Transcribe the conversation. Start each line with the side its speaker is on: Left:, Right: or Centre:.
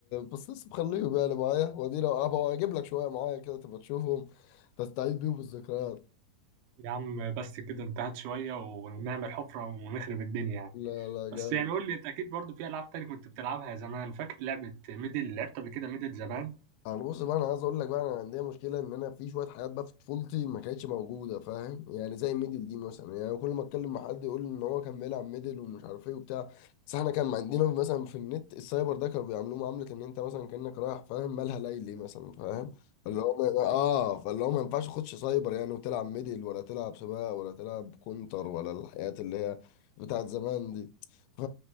Left: بس لسه مخليهم يعني معايا وادي لو هبقى اجيب لك شويه معايا كده تبقى تشوفهم تستعيد بيهم الذكريات
Right: يا عم بس كده انتهت شوية ونعمل حفرة ونخرب الدنيا يعني
Left: لا لا
Right: بس
Left: جامد
Right: يعني قول لي انت اكيد برضو في العاب تاني كنت بتلعبها زمان فاكر لعبه ميدل لعبت قبل كده ميدل زمان
Left: انا بص بقى انا عايز اقول لك بقى انا عندي مشكله ان انا في شويه حاجات بقى في طفولتي ما كانتش موجوده فاهم يعني زي الميدل دي مثلا يعني كل ما اتكلم مع حد يقول ان هو كان بيلعب ميدل ومش عارف ايه وبتاع بس احنا كان عندنا مثلا في النت السايبر ده كانوا بيعاملوه معامله ان انت مثلا كانك رايح فاهم مالها ليلي مثلا فاهم اللي هو ما- اه فاللي هو ما ينفعش تخش سايبر يعني وتلعب ميدل ولا تلعب سباق ولا تلعب كونتر ولا الحاجات اللي هي بتاعت زمان دي ف...